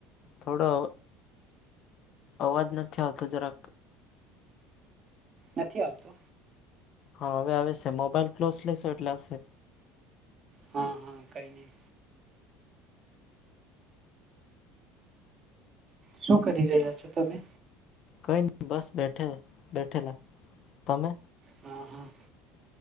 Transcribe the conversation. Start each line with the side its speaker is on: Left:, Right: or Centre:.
Left: થોડો અવાજ નથી આવતો જરાક.
Right: નથી આવતો.
Left: હા, હવે આવે છે. મોબાઈલ ક્લોઝ લેેશે એટલે આવશે.
Right: હા હા કઈની શું કરી રહ્યા છો, તમે?
Left: કંઈ નહી બસ બેઠે બેઠેલા, તમે?
Right: હા હા